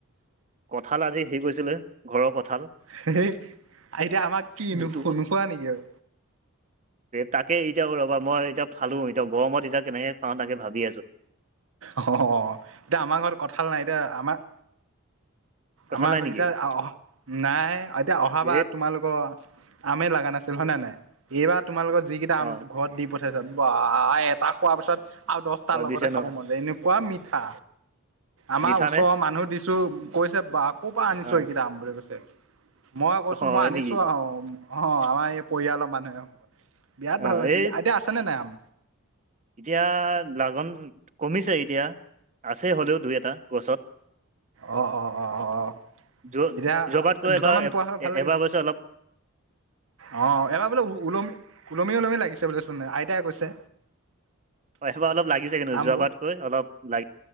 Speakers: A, on the right; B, on the right.
A: কঁঠাল আজি হেৰি কৰিছিলে ঘৰৰ কঁঠাল
B: হে হেই, এতিয়া আমাক কি
A: দুটুকু
B: নো নোখোৱা নেকি আৰু?
A: তাকে এতিয়া ৰবা মই এতিয়া ফালো এতিয়া গৰমত এতিয়া কেনেকে খাওঁ তাকে ভাবি আছোঁ।
B: অ' হ হ এতিয়া আমাৰ ঘৰত কঁঠাল নাই এতিয়া আমাৰ
A: কঁঠাল
B: আমাৰ
A: নাই নেকি
B: ই এতিয়া অহা নাই এতিয়া অহা
A: ধেত
B: বা তোমালোক আম লাগা নাছিল হয়নে নাই? নাই এইবাৰ তোমাল লোকৰ যিকেইটা
A: অ
B: আম ঘৰত দি প- তাছত ৱা এটা খোৱাৰ পিছত আৰু দহটাৰ
A: অ
B: লগতে-
A: দিছে
B: খাব
A: ন
B: মন এনেকুৱা মিঠা। আমাৰ
A: মিঠা
B: ওচৰৰ
A: নে
B: মানুহ দিছোঁ কৈছে বাহ। ক'ৰ পৰা আনিছ
A: অ
B: এইকেইটা আম মই কৈছে, মই কৈছোঁ
A: অ হয়
B: মই আনিছোঁ
A: নেকি
B: আও অ' আমাৰ এই পৰিয়ালৰ মানুহে বিৰাট
A: অ
B: ভাল পাইছে
A: এই
B: এতিয়া আছেনেে নাই আম
A: এতিয়া লাগন কমিছে এতিয়া আছে হ'লেও দুই এটা গছত।
B: অ' অ' অ' অ'।
A: য
B: এতিয়া
A: যোৱাবাৰতকৈ
B: দুটামান
A: এবাৰ
B: পোৱা হয় ভাল লাগিল
A: এবাৰ
B: হয়।
A: বছৰ অলপ
B: অ' এবাৰ বোলে ওলমি ওলমি ওলমি লাগিছে বোলেচোন আইতাই কৈছে।
A: হয় এইবাৰ অলপ লাগিছে কিন্তু
B: আমবোৰ
A: যোৱাবাৰতকৈ অলপ লাগি